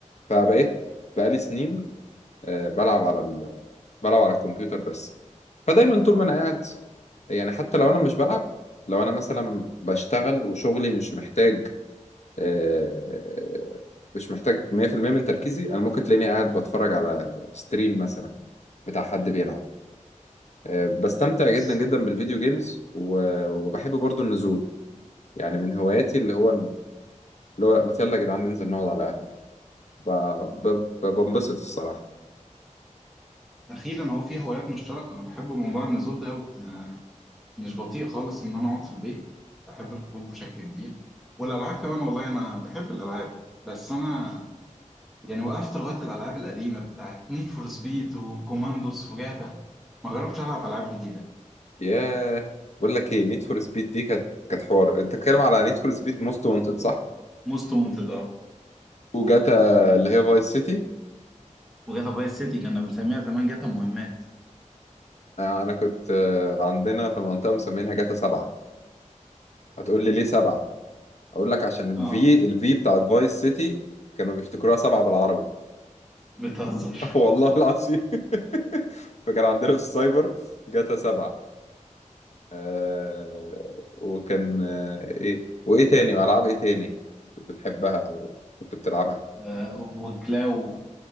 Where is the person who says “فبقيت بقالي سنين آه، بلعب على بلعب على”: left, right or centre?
Left